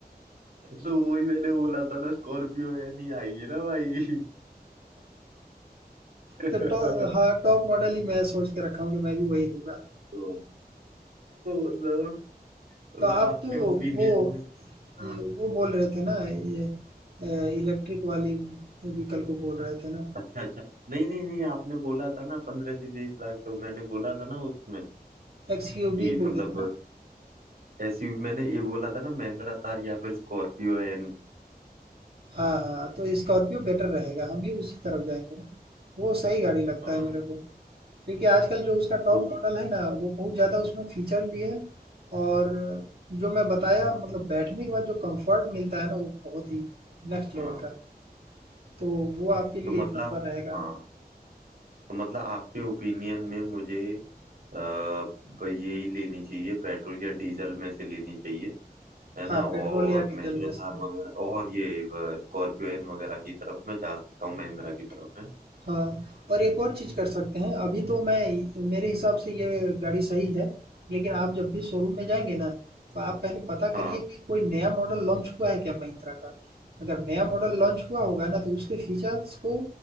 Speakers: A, on the right (about 65°); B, on the right (about 75°).
A: तो वही मैंने बोला था ना स्कॉर्पियो है नहीं आएगी ना भाई <laughs> तो
B: तो टॉ हाँ टॉप मॉडल ही मैं सोच के रखा हूँ कि मैं भी वही लूंगा
A: तो मतलब मतलब
B: तो आप
A: आपके
B: तो
A: ओपिनियन
B: वो
A: में
B: ये
A: हाँ
B: वो बोल रहे थे ना ये इलेक्ट्रिक वाली व्हीकल को बोल रहे थे ना
A: अच्छा अच्छा नहीं नहीं नहीं आपने बोला था ना पंद्रह से बीस लाख तो मैंने बोला था ना उसमें
B: एक्सयूवी
A: कि
B: बोले
A: मतलब
B: थे ना
A: एसयूवी मैंने ये बोला था ना महिंद्रा थार या फिर स्कॉर्पियो एन
B: हाँ हाँ तो स्कॉर्पियो बेटर रहेगा हम भी उसी तरफ जाएंगे ना वो सही गाड़ी लगता
A: हाँ
B: है मेरे को क्योंकि आजकल जो उसका टॉप
A: तो
B: मॉडल है ना वो बहुत ज़्यादा उसमें फीचर भी है और जो मैं बताया मतलब बैठने के बाद जो कंफर्ट मिलता है ना वो बहुत ही नेक्स्ट लेवल
A: हाँ
B: का है तो वो आपके लिए
A: तो
B: एक
A: मतलब
B: नंबर रहेगा
A: हाँ तो मतलब आपके ओपिनियन में मुझे अ, ब- यही लेनी चाहिए पेट्रोल या डीजल में से लेनी चाहिए है ना
B: हाँ पेट्रोल
A: और
B: या डीजल
A: महिंद्रा
B: में
A: थार
B: से
A: वगैरह और ये अ, स्कॉर्पियो एन वगैरह की तरफ मैं जा सकता हूँ महिंद्रा की तरफ में
B: हाँ, और एक और चीज़ कर सकते हैं, अभी तो मैं मेरे हिसाब से ये गाड़ी सही है, लेकिन आप जब भी शोरूम में जाएँगे ना, तो आप पहले पता करिए
A: हाँ
B: कि कोई नया मॉडल लॉन्च हुआ है क्या महिंद्रा का? अगर नया मॉडल लॉन्च हुआ होगा ना, तो उसके फीचर्स को